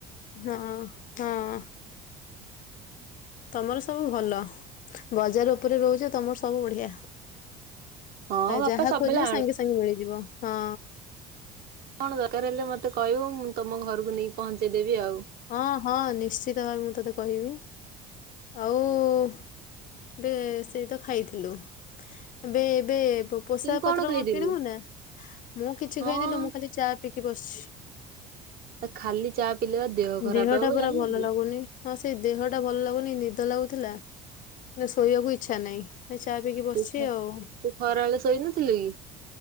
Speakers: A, on the left (about 45°); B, on the right (about 55°).
A: ହଁ ହଁ। ତମର ସବୁ ଭଲ ବଜାର ଉପରେ ରୋହୁଚ ତମର ସବୁ ବଢିଆ।
B: ହଁ ବାପା
A: ଯାହା
B: ସବୁବେଳେ
A: ଖୋଜିବ
B: ଆଣନ୍ତି
A: ସାଙ୍ଗେ ସାଙ୍ଗେ ମିଳିଯିବ ହଁ।
B: କଣ ଦରକାର ହେଲେ ମତେ କହିବୁ ମୁଁ ତମ ଘରକୁ ନେଇକି ପହଞ୍ଚେଇ ଦେବି ଆଉ।
A: ହଁ ହଁ ନିଶ୍ଚିତ ଭାବେ ମୁଁ ତୋତେ କହିବି। ଆଉ ଏବେ ସେଇ ତ ଖାଇଥିଲୁ ଏବେ ଏବେ ପୋ- ପୋଷାକ
B: ତୁ
A: ପତ୍ର
B: ଖାଇଥିଲୁ?
A: କଣ କିଣିବୁ ନା ମୁଁ କିଛି
B: ହଁ
A: ଖାଇନିଲୋ ମୁଁ ଖାଲି ଚା ପିି କି ବସିଚି।
B: ଖାଲି ଚା ପିଇଲେ ବା ଖରାପ
A: ଦେହ
B: ହବ
A: ଟା ପରା
B: ଜାଣିନୁ
A: ଭଲ
B: କି?
A: ଲାଗୁନି ହଁ ସେଇ ଦେହଟା ଭଲ ଲାଗୁନି ନି ଦ ଲାଗୁଥିଲା କିନ୍ତ ଶୋଇବାକୁ ଇଚ୍ଛା ନାହିଁ। ଏ ଚା ପିଇକି ବସିଚି
B: ତୁ ଖ
A: ଆଉ
B: ତୁ ଖରାବେଳେ ଶୋଇନଥିଲୁ କି?